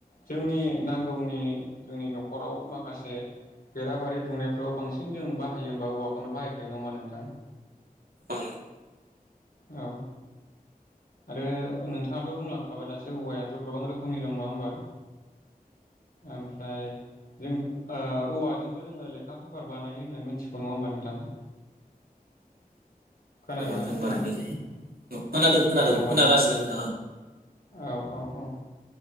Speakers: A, on the left (about 75°); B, on the right (about 80°).
A: जोंनि नांगौनि जोंनि न'खराव माखासे बेराबारि दुंनायफ्राव बांसिन जों बाहायो होमबा औवाखौनो बाहायखायो नङा होमबा नोंथां
B: ओम
A: औ आरो नोंथाङाथ' बुंलांखाबाय दासो औवायाथ' गोबां रोखोमनि दं नङा होमबा ओमफ्राय जों ओ औवाजोंबो जोङो लेखा पेपार बानायो होननानै मिथिगौ नङा होमबा नोंथां खोनादोंना
B: खोनादों
A: नोंथां
B: खोनादों
A: औ बानायनाय
B: खोनागासिनो
A: जायो
B: नोंथाङा
A: औ औ औ